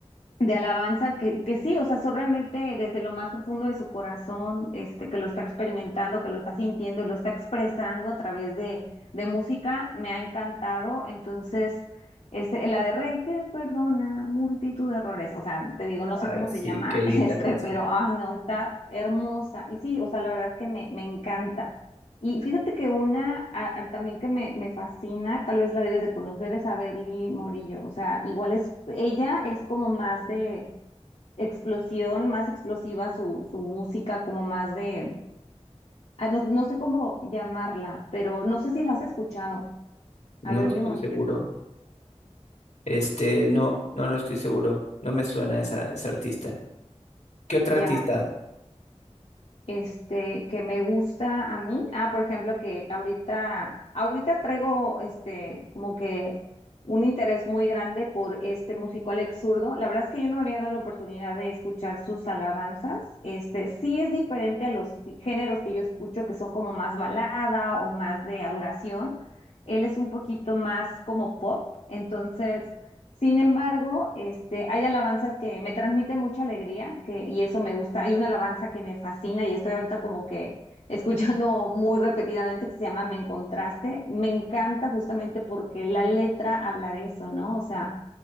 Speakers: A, on the left; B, on the left.
A: de alabanza que, que sí, o sea, son realmente desde lo más profundo de su corazón, este, que lo está experimentando, que lo está sintiendo y lo está expresando a través de, de música, me ha encantado. Entonces, este, la de Rey que perdona multitud de errores, o sea, te digo, no sé
B: Ay,
A: cómo
B: sí,
A: se llama,
B: qué linda
A: <laughs> este,
B: canción.
A: pero, ay, no, está hermosa. Y sí, o sea, la verdad es que me, me encanta. Y fíjate que una a- a- también que me, me fascina, tal vez la debes de conocer, es a Berly Morillo. O sea, igual es, ella es como más de explosión, más explosiva su, su música, como más de, ah, no, no sé cómo llamarla, pero no sé si la has escuchado,
B: No
A: a Berly
B: estoy
A: Morillo.
B: seguro. Este, no, no, no estoy seguro. No me suena esa, ese artista. ¿Qué otra
A: ya
B: artista?
A: este, que me gusta a mí. Ah, por ejemplo, que ahorita, ahorita traigo este, como que un interés muy grande por este músico Alex Zurdo. La verdad es que yo no me había dado la oportunidad de escuchar sus alabanzas. Este, sí es diferente a los géneros que yo escucho, que son como más balada o más de adoración. Él es un poquito más como pop, entonces sin embargo, este, hay alabanzas que me transmiten mucha alegría que, y eso me gusta. Hay una alabanza que me fascina y estoy ahorita como que <laughs> escuchando muy repetidamente que se llama Me Encontraste. Me encanta justamente porque la letra habla de eso, ¿no? O sea,